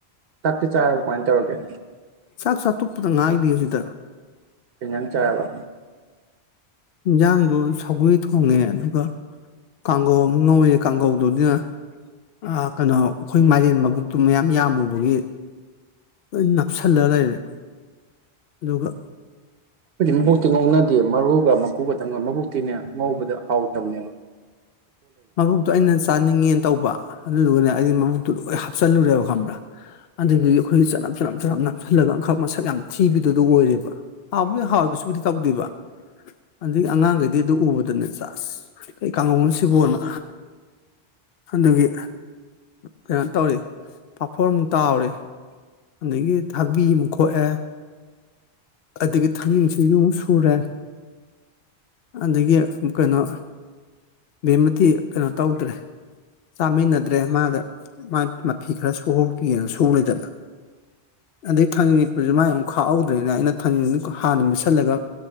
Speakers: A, on the right (about 65°); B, on the left (about 70°).
A: ꯆꯥꯛꯇꯤ ꯆꯥꯔꯕ ꯀꯃꯥꯏꯅ ꯇꯧꯔꯒꯦ
B: ꯆꯥꯛ ꯇꯣꯛꯄꯗ ꯉꯥꯏꯔꯤꯌꯦ ꯍꯧꯖꯤꯛꯇ
A: ꯀꯩꯏꯟꯖꯪ ꯆꯥꯔꯕ
B: ꯏꯟꯖꯥꯡꯗꯨ ꯁꯧꯒ꯭ꯔꯤ ꯊꯣꯡꯉꯦ ꯑꯗꯨꯒ ꯀꯥꯡꯒꯧ ꯑꯃ ꯉꯧꯋꯦ ꯀꯥꯡꯒꯧꯗꯨꯗꯤꯅ ꯑ ꯀꯅꯣ ꯑꯈꯣꯏ ꯃꯥꯢꯕꯦꯟ ꯃꯕꯨꯛꯇꯨ ꯃꯌꯥꯝ ꯌꯥꯝꯃꯨꯕꯒꯤ ꯂꯣꯏ ꯅꯞꯁꯤꯜꯂ ꯂꯩꯔꯦ ꯑꯗꯨꯒ
A: ꯈꯣꯏꯗꯤ ꯃꯕꯨꯛꯇꯤ ꯉꯧꯅꯗꯦ ꯃꯔꯨꯒ ꯃꯀꯨꯒꯇꯪꯒ ꯃꯕꯨꯛꯇꯤꯅꯦ ꯉꯧꯕꯗ ꯍꯥꯎꯇꯝꯅꯦꯕ
B: ꯃꯕꯨꯛꯇꯣ ꯑꯩꯅ ꯆꯥꯅꯤꯡꯉꯦꯅ ꯇꯧꯕ ꯑꯗꯨꯗꯨꯒꯅꯦ ꯑꯩꯅ ꯃꯕꯨꯇꯨ ꯂꯣꯏ ꯍꯥꯞꯆꯜꯂꯨꯔꯦꯕ ꯈꯪꯕ꯭ꯔꯥ ꯑꯗꯨꯗꯨꯒꯤ ꯑꯈꯣꯏꯒꯤ ꯆꯅꯝ ꯆꯅꯞ ꯆꯅꯞ ꯅꯞꯁꯤꯜꯂꯒ ꯑꯪꯈꯛ ꯃꯁꯛ ꯌꯥꯝ ꯊꯤꯕꯗꯨꯗ ꯑꯣꯏꯔꯦꯕ ꯍꯥꯎꯕꯨꯗꯤ ꯍꯥꯎꯔꯒꯁꯨꯕꯨꯗꯤ ꯇꯧꯗꯦꯕ ꯑꯗꯒꯤ ꯑꯉꯥꯡꯈꯩꯗꯤ ꯑꯗꯨ ꯎꯕ ꯑꯗꯨ ꯆꯁ ꯀꯩ ꯀꯥꯉꯧꯅꯣꯁꯤꯕꯨ ꯅ ꯑꯗꯨꯒꯤ ꯀꯩꯅꯣ ꯇꯧꯔꯤ ꯄꯥꯐꯣꯔ ꯑꯃꯨꯛ ꯇꯥꯎꯔꯦ ꯑꯗꯒꯤ ꯊꯥꯕꯤ ꯑꯃꯨꯛ ꯈꯣꯛꯑꯦ ꯑꯗꯒꯤ ꯊꯥꯡꯖꯤꯡ ꯁꯤꯡꯖꯨ ꯑꯃꯨꯛ ꯁꯨꯔꯦ ꯑꯗꯒꯤ ꯀꯩꯅꯣ ꯕꯦꯝꯃꯗꯤ ꯀꯩꯅꯣ ꯇꯧꯗ꯭ꯔꯦ ꯆꯥꯃꯤꯟꯅꯗ꯭ꯔꯦ ꯃꯥꯒ ꯃꯥꯥꯏ ꯃꯐꯤ ꯈꯔ ꯁꯨꯍꯧꯈꯤꯒꯦꯅ ꯁꯨꯔꯦꯗꯅ ꯑꯗꯩ ꯊꯥꯡꯖꯤꯡ ꯃꯦꯠꯄꯁꯨ ꯃꯥꯏ ꯑꯃꯨꯛ ꯈꯥꯛꯍꯧꯗ꯭ꯔꯦꯅ ꯑꯩꯅ ꯍꯥꯟꯅ ꯃꯦꯠꯁꯤꯜꯂꯒ